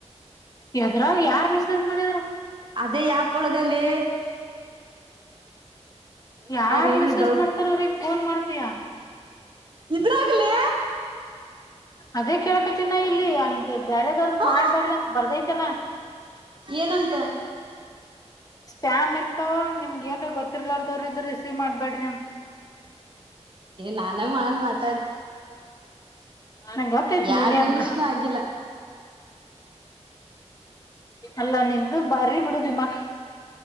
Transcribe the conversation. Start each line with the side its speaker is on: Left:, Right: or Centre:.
Left: ಯದ್ರಾಗ ಯಾರ್ ಮೆಸೇಜ್ ಮಾಡಿದರು.
Right: ಅದೇ ಯಾ ಪುಳದಲ್ಲಿ
Left: ಯಾರ್
Right: ಅವ್ರ ಏನು
Left: ಮೆಸೇಜ್
Right: ಡೌಟ್
Left: ಮಾಡ್ತಾರ್ರೀ. ಫೋನ್ ಮಾಡ್ತಯಾ.
Right: ಇದ್ರಾಗಲೇ
Left: ಅದೇ ಕೇಳ್ಕತಿನ ಇಲ್ಲಿ ಬೇರೆದವ್ರದ
Right: ಹಾ
Left: ಮಾಡ್ಬೇಡ್ರ ಅಂತ ಬರ್ದೈತಲ್ಲ
Right: ಏನಂತ
Left: ಸ್ಪ್ಯಾಮ್ ಇರ್ತಾವ ನಿಮಗೆ ಏನ್ರ ಗೊತ್ತಿರ್ಲಾರದವ್ರರು ಇದ್ರ ರಿಸೀವ್ ಮಾಡ್ಬೇಡ್ರಿ ಅಂತ
Right: ನಾನ ಮಾಡ ಮಾತ್
Left: ನಂಗೆ ಗೊತ್ತಾಯತನಿ
Right: ಎರಡ್
Left: ನೀನೇ
Right: ನಿಮಿಷನೂ
Left: ಅಂತ
Right: ಆಗಿಲ್ಲ
Left: ಎಲ್ಲ ನಿಂದು ಬಾರಿ ಬಿಡು ದಿಮಾಕ್